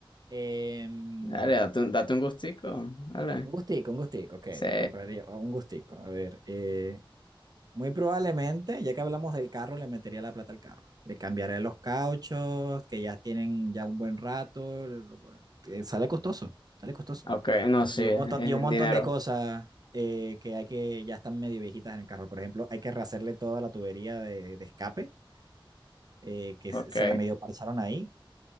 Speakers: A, on the right; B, on the left.
A: eh, un
B: Dale, date un, date un gustico. Dale.
A: gustico, un gustico, ok,
B: Sí.
A: me compraría oh, un gustico. A ver, eh, muy probablemente, ya que hablamos del carro, le metería la plata al carro. Le cambiaré los cauchos, que ya tienen ya un buen rato. lo- eh, Sale costoso, sale costoso.
B: Ok, no, sí,
A: Y
B: es
A: un montón,
B: en
A: y un montón
B: dinero.
A: de cosas eh, que hay que ya están medio viejitas en el carro. Por ejemplo, hay que rehacerle toda la tubería de, de escape, eh, que
B: Ok,
A: se se la medio parcharon ahí.